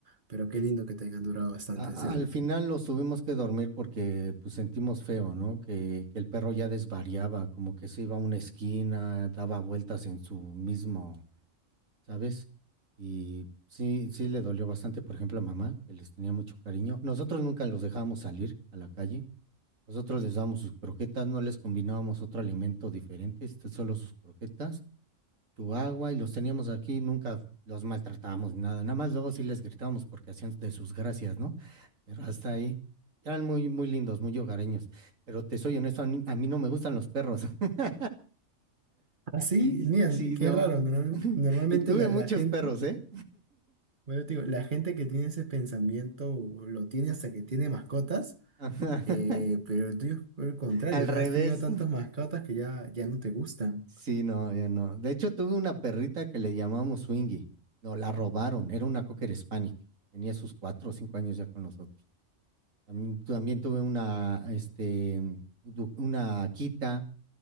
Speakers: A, on the right; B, on the right.
A: pero qué lindo que te hayan durado bastante,
B: A-
A: en serio.
B: a- al final los tuvimos que dormir porque pues sentimos feo, ¿no? Que, que el perro ya desvariaba, como que se iba a una esquina, daba vueltas en su mismo, ¿sabes? Y sí, sí le dolió bastante, por ejemplo, a mamá, que les tenía mucho cariño. Nosotros nunca los dejábamos salir a la calle. Nosotros les dábamos sus croquetas, no les combinábamos otro alimento diferente, este, solo sus croquetas, su agua, y los teníamos aquí, nunca los maltratábamos ni nada. Nada más luego sí les gritábamos porque hacían de sus gracias, ¿no? Pero hasta ahí. Eran muy, muy lindos, muy hogareños. Pero te soy honesto, a mí, a mí no me gustan los perros. <laughs>
A: Ah, sí,
B: Y
A: mira,
B: sí,
A: qué
B: no.
A: raro. normal-
B: <laughs>
A: normalmente
B: Y tuve
A: la,
B: muchos
A: la gente,
B: perros, ¿eh?
A: bueno, te digo, la gente que tiene ese pensamiento lo tiene hasta que tiene mascotas,
B: Ajá,
A: eh,
B: <laughs>
A: pero el tuyo es por el contrario,
B: Al
A: o
B: revés.
A: sea, has tenido tantas mascotas que ya, ya no te gustan.
B: Sí, no, ya no. De hecho, tuve una perrita que le llamamos Swingy. No, la robaron. Era una Cocker Spaniel. Tenía sus cuatro o cinco años ya con nosotros. También, también tuve una, este, du- una Akita.